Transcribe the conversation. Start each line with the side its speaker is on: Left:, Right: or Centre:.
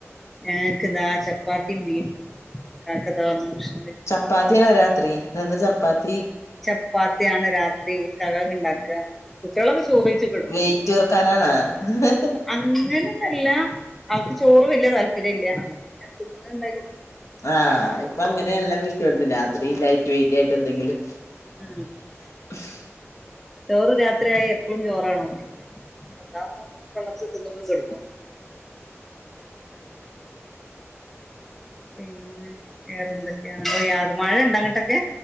Centre: ഞങ്ങൾക്ക് ഇതാ ചപ്പാത്തി ബീഫുംകാക്കതാന്നഷ
Left: ചപ്പാത്തിയാണ രാത്രി എന്ത് ചപ്പാത്തി.
Centre: ചപ്പാത്തിയാണ് രാത്രി ഇകാക് ഉണ്ടാക്കാകുട്ടിള് ചോറി കിടുന്നു
Left: വെയിറ്റ് കുറക്കാനാണോ
Centre: അങ്ങ <inaudible> നെന്നല്ല അവൾക്ക് ചോറ് വലിയ താല്പര്യം ഇല്ല പിന്നെ തിന്ന്ന ഉണ്ടായി.
Left: ആഹ് ഇപ്പൊ അങ്ങനെയ എല്ലാം വിഷ കൊടുത്തി രാത്രി ലൈറ്റ് വെയിറ്റ് ആയിട്ട് എന്തെങ്കിലും. <unintelligible>
Centre: ഉം ഉം ചോറ് രാത്രിയായി എപ്പോഴും ചോറാണോ? അതാകുമ്പോ പള്ളർച്ച തിന്ന്ങ്ങ്‌കെടക്ക് പിന്നെ, വേറെന്തൊക്കെയാണ്, യാത, മഴണ്ടോ, അങ്ങോട്ടൊക്കെ